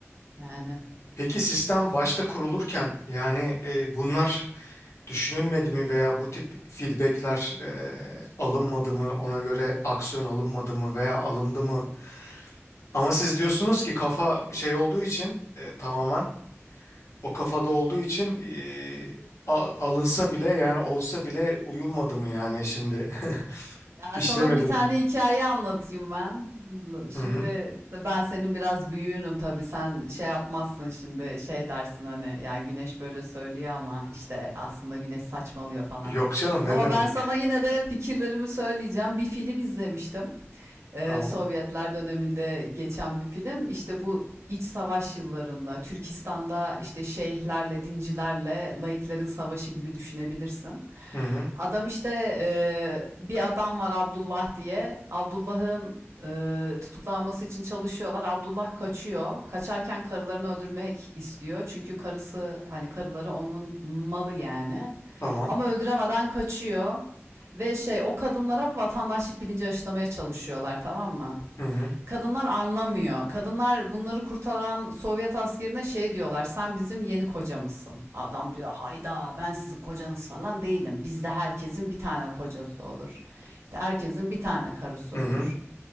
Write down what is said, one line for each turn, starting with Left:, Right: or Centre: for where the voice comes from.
Right: Yani.
Left: Peki sistem başta kurulurken yani e, bunlar düşünülmedi mi veya bu tip feedbackler e, alınmadı mı? Ona göre aksiyon alınmadı mı veya alındı mı? Ama siz diyorsunuz ki kafa şey olduğu için e, tamamen o kafada olduğu için eee, a- alınsa bile yani olsa bile uyulmadı mı yani şimdi <laughs>
Right: Ya
Left: işlemedi
Right: sana bir tane
Left: mi?
Right: hikaye anlatayım ben. Şimdi
Left: Hı hı.
Right: ben senin biraz büyüğünüm tabii sen şey yapmazsın şimdi şey dersin hani ya güneş böyle söylüyor ama işte aslında güneş saçmalıyor falan.
Left: Yok canım ne
Right: Ama
Left: demek?
Right: ben sana yine de fikirlerimi söyleyeceğim. Bir film izlemiştim e,
Left: Tamam.
Right: Sovyetler döneminde geçen bir film. İşte bu iç savaş yıllarında Türkistan'da işte şeyhlerle, dincilerle laiklerin savaşı gibi düşünebilirsin.
Left: Hı hı.
Right: Adam işte e, bir adam var Abdullah diye. Abdullah'ın e, tutuklanması için çalışıyorlar. Abdullah kaçıyor. Kaçarken karılarını öldürmek istiyor. Çünkü karısı hani karıları onun malı yani.
Left: Tamam.
Right: Ama öldüremeden kaçıyor. Ve şey o kadınlara vatandaşlık bilinci aşılamaya çalışıyorlar tamam mı?
Left: Hı hı.
Right: Kadınlar anlamıyor. Kadınlar bunları kurtaran Sovyet askerine şey diyorlar. Sen bizim yeni kocamızsın. Adam diyor hayda ben sizin kocanız falan değilim. Bizde herkesin bir tane kocası olur. İşte herkesin bir tane karısı
Left: Hı
Right: olur.
Left: hı.